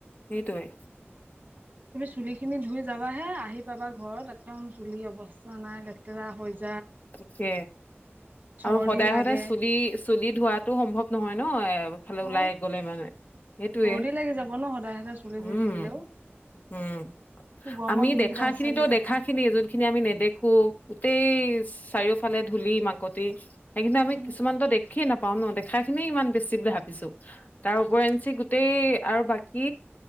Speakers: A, on the left; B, on the right.
A: সেইটোৱে।
B: তুমি চুলি খিনি ধুই যাবাহে, আহি পাবা ঘৰত একদম চুলি অৱস্থা নাই লেতেৰা হৈ যা
A: তাকে,
B: চৰ্দি
A: আৰু সদায়
B: লাগে
A: সদায় চুলি - চুলি ধোৱাটো সম্ভৱ নহয় ন এপ ফালে
B: অ
A: ওলাই গলে মানে, সেইটোৱে।
B: চৰ্দি লাগি যাব ন সদায় সদায় চুলি
A: উম।
B: ধুই থাকিলেও
A: উম,
B: গৰমৰ
A: আমি
B: দিনকেইটা
A: দেখাখিনিতো
B: সঁচাকে দেই
A: দেখাখিনিয়ে যোনখিনি আমি নেদেখ- খু গোটেই চাৰিওফালে ধূলি মাকতি। সেইগিদিনা আমি
B: উম
A: কিছুমানতো দেখিয়ে নাপাওঁ ন দেখা- খিনি ইমান বেছি বুলি ভাবিছো তাৰ উপৰিঞ্চি গোটেই আৰু বাকী